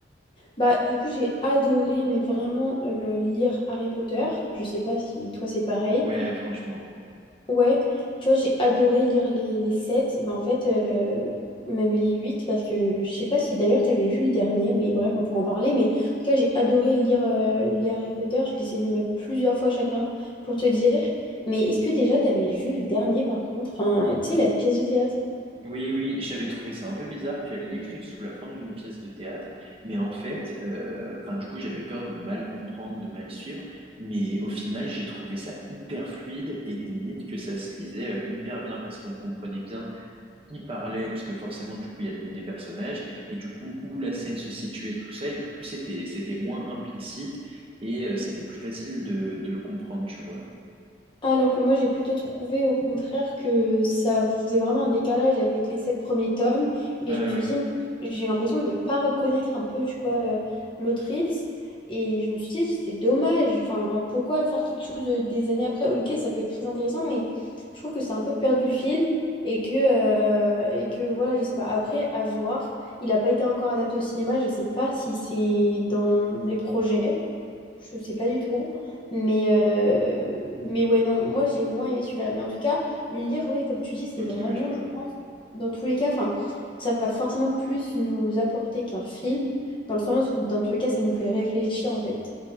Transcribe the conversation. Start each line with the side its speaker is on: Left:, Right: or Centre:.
Left: Bah, du coup, j'ai adoré, mais vraiment, euh, lire Harry Potter. Je sais pas si toi, c'est pareil.
Right: Ouais, franchement.
Left: Ouais, tu vois, j'ai adoré lire les, les 7, mais en fait, euh, même les 8 parce que je sais pas si d'ailleurs tu avais vu le dernier, mais bref, on pourra en parler. Mais en tout cas, j'ai adoré lire euh, les Harry Potter, je les ai lus même plusieurs fois chacun, pour te dire. Mais est-ce que déjà tu avais vu le dernier par contre, enfin, tu sais, la pièce de théâtre?
Right: Oui, oui, j'avais trouvé ça un peu bizarre qu'elle l'écrive sous la forme d'une pièce de théâtre, mais en fait, euh, enfin, du coup, j'avais peur de mal comprendre, de mal suivre, mais au final, j'ai trouvé ça hyper fluide et limite que ça se lisait euh, hyper bien parce qu'on comprenait bien qui parlait, parce que forcément, du coup, il y a le nom des personnages et du coup, où la scène se situait, tout ça, et du coup, c'était, c'était moins implicite et euh, c'était plus facile de, de le comprendre, tu vois.
Left: Alors que moi, j'ai plutôt trouvé au contraire que ça faisait vraiment un décalage avec les sept premiers tomes. Et
Right: Ah
Left: je me suis
Right: oui,
Left: dit, j'ai l'impression de ne pas reconnaître un peu, tu vois, euh, l'autrice. Et je me suis dit, c'est dommage. Enfin, pourquoi faire quelque chose euh, des années après? Ok, ça peut être très intéressant, mais je trouve que c'est un peu perdu le fil. Et que, euh, et que voilà, je sais pas. Après, à voir. Il n'a pas été encore adapté au cinéma. Je sais pas si c'est dans les projets. Je sais pas du tout. Mais, euh, mais ouais, non, moi j'ai moins aimé celui-là. Mais en tout cas, lire, ouais, comme tu dis, c'est
Right: ok,
Left: vraiment,
Right: ouais, je vois.
Left: je pense, dans tous les cas, enfin, ça va forcément plus nous apporter qu'un film, dans le sens où, dans tous les cas, ça nous fait réfléchir, en fait,